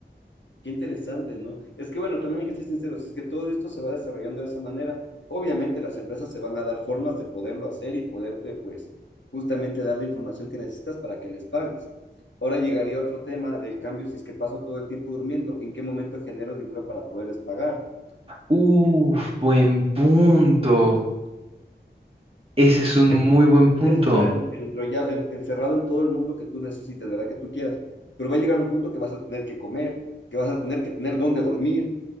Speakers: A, on the left; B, on the right.
A: Qué interesante, ¿no? Es que bueno, también hay que ser sinceros, es que todo esto se va desarrollando de esa manera. Obviamente las empresas se van a dar formas de poderlo hacer y poderte, pues, justamente dar la información que necesitas para que les pagues. Ahora llegaría otro tema del cambio, si es que paso todo el tiempo durmiendo, ¿en qué momento genero dinero para poderles pagar?
B: Uf, buen punto. Ese es un
A: Entonces,
B: muy buen
A: Porque
B: punto.
A: puedes estar en- enrollado, en- encerrado en todo el mundo que tú necesites, ¿verdad? Que tú quieras. Pero va a llegar un punto que vas a tener que comer, que vas a tener que tener dónde dormir.